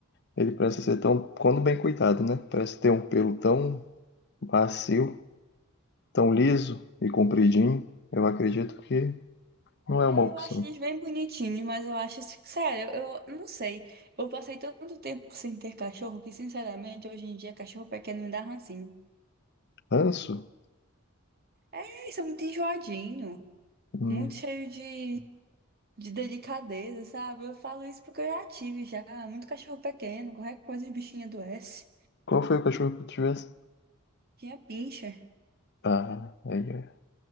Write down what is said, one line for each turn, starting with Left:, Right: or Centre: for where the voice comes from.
Left: ele parece ser tão, quando bem cuidado, né? Parece ter um pelo tão macio, tão liso e compridinho. Eu acredito que não é
Right: É,
Left: uma opção.
Right: eu acho eles bem bonitinhos, mas eu acho, assim, sério, eu eu não sei. Eu passei tanto tempo sem ter cachorro que, sinceramente, hoje em dia, cachorro pequeno me dá rancinho.
Left: Ranço?
Right: É, Isso é muito enjoadinho,
Left: Hum,
Right: muito cheio de de delicadeza, sabe? Eu falo isso porque eu já tive já muito cachorro pequeno, qualquer coisa de bichinho adoece.
Left: Qual foi o cachorro que tu tivesse?
Right: Tinha pincher.
Left: Ah, aí é.